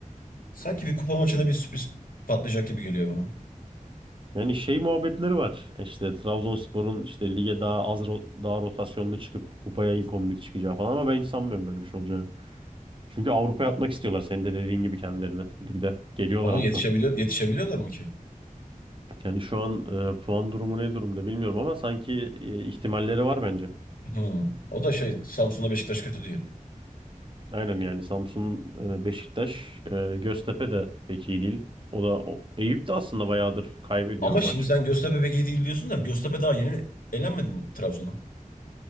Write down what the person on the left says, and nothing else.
sanki bir kupa maçına bir sürpriz patlayacak gibi geliyor bana.
Ama
yetişebilir, yetişebiliyorlar mı ki?
Hı. O da şey Samsun'a Beşiktaş kötü diyor.
Ama şimdi
sen Göztepe pek iyi değil diyorsun da Göztepe daha yeni elenmedi mi Trabzon'a?